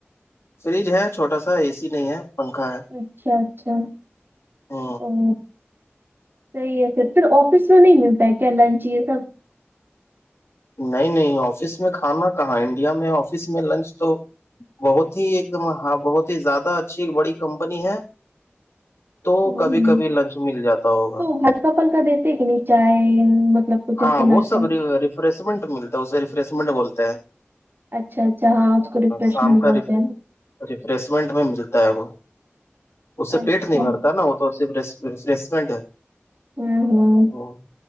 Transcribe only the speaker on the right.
اچھا اچھا
اورو صحیح ہے پھر پھر آفس میں نہیں ملتا ہے کیا لنچ یہ سب
ہ
ہ
تو ہلکا پھلکا دیتے کہ نہیں چائے مطلب کچھ
ایسے ناشتہ
اچھا اچھا ہاں اس کو ریفریشمنٹ
بولتے ہیں نا
اچھا
ہوں
ہوں ہوں